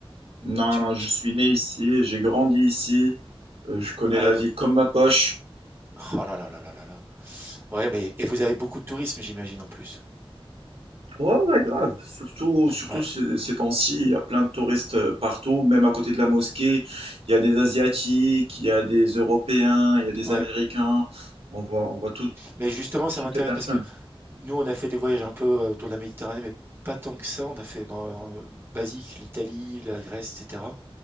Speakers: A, on the right; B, on the right.
A: Non,
B: Tu,
A: non, je
B: tu-
A: suis né ici, j'ai grandi ici, euh, je connais
B: Ah
A: la
B: ouais, donc,
A: ville comme ma poche.
B: oh là là là là là là. Ouais, mais et vous avez beaucoup de tourisme, j'imagine en plus.
A: Ouais, ouais, grave. Surtout, surtout
B: Ouais,
A: ce- ces temps-ci, il y a plein de touristes euh, partout, même à côté de la mosquée. Il y a des Asiatiques, il y a des Européens, il y a des
B: ouais.
A: Américains. On voit, on voit tout,
B: Mais justement,
A: tout
B: ça
A: type
B: m'intéresse
A: de personnes.
B: parce que nous, on a fait des voyages un peu euh, autour de la Méditerranée, mais pas tant que ça. On a fait ben, euh, basique l'Italie, la Grèce, etc.